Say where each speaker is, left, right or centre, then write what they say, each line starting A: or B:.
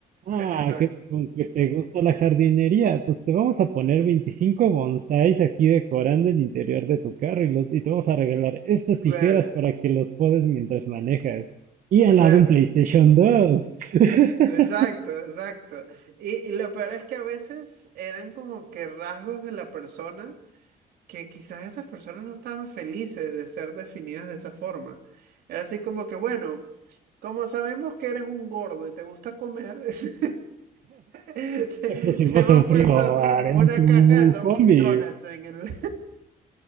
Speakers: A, on the right (about 60°); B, on the right (about 85°).
A: Ah,
B: Exacto.
A: que con que te gusta la jardinería, pues te vamos a poner 25 bonsáis aquí decorando el interior de tu carro y, los, y te vamos a regalar estas
B: Claro,
A: tijeras para que los podes mientras manejas. Y al
B: claro.
A: lado un PlayStation dos. <laughs>
B: Exacto, exacto. Y, y lo peor es que a veces eran como que rasgos de la persona que quizás esas personas no estaban felices de ser definidas de esa forma. Era así como que, bueno, como sabemos que eres un gordo y te gusta comer, <laughs> te,
A: Te pusimos
B: te hemos
A: un
B: puesto
A: frigobar
B: una
A: en tu
B: caja de Dunkin'
A: combi.
B: Donuts en el...